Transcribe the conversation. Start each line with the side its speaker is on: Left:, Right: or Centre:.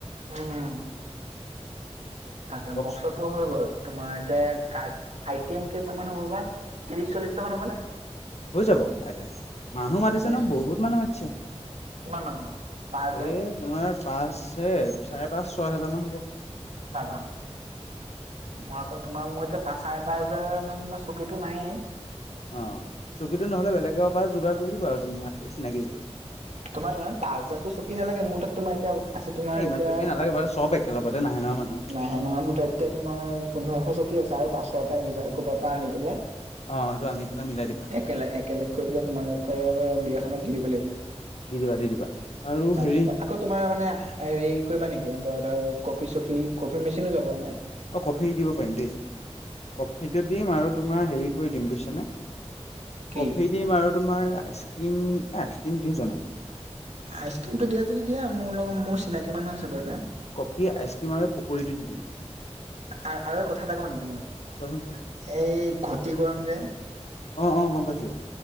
Right: উম তাকে
Left: বক্স
Right: বক্সত হয় বাৰু তোমাৰ এতিয়া আইটেম কেইটামান হ'ব বা ত্ৰিশ চল্লিশটা মান হ'বনে?
Left: হৈ যাব আইটেম, মানুহ
Right: অ,
Left: মাতিছে
Right: ত্ৰিশ
Left: ন বহুত মানুহ মাতিছে।
Right: <unintelligible>
Left: এ তোমাৰ পাঁচ চাৰে পাঁচ ছয় হেজাৰমান হ'ব
Right: বা বা মই আকৌ তোমাৰ মোৰ এতিয়া পাঁচ চাৰে পাঁচ হাজাৰ মান চকীতো নাহেই
Left: অ চকীতো নহ'লে বেলেগৰ পৰা যোগাৰ কৰি দিবা আৰু তুমি চিনাকি যেতিয়া
Right: তোমাক ইমান পাঁচ হেজাৰতো চকী নালাগে মোৰ তাত তোমাৰ এতিয়া আছে তোমাৰ
Left: ইমান
Right: এতিয়া
Left: চকী নালাগে বাৰু চব একেলগতে নাহে নহয় মানুহ।
Right: নাই নহয় মোৰ তাত এতিয়া তোমাৰ পোন্ধৰশ চকী আছে আৰু পাঁচশ এটা এক হেজাৰ ক'ৰবাৰ পৰা আনি পেলে
Left: অঁ সেইটো আনি পেলাই মিলাই দিবা।
Right: একলে একেলগ কৰি পেলাই তোমালোকৰ বিয়াখনত দি দিব লাগিব।
Left: দি দিবা দি দিবা, আৰু
Right: তাৰপিছত
Left: হেৰি
Right: আকৌ তোমাৰ মানে হেৰি কৰিবা নেকি এনেকুৱা ধৰ কফি চফি কফি মেচিনো যাব মানে
Left: অঁ কফি দিব পাৰিম দেই। কফিটো দিম আৰু তোমাৰ হেৰি কৰি দিম বুজিছানে
Right: কি
Left: কফি দিম আৰু তোমাৰ আইচ ক্ৰীম এ আইচক্ৰীম দিম জানো
Right: আইচক্ৰীমটো দিয়া যদি দিয়া মোৰ লগত মোৰ চিনাকি মানুহ আছে বাৰু এটা
Left: কফি আইচক্ৰীম আৰু পকৰীটো দি দিম।
Right: আ আৰু কথা এটা কওঁ নেকি মই
Left: কোৱাচোন কোৱা
Right: এই ঘতি কৰম যে
Left: অ অ গম পাইছো।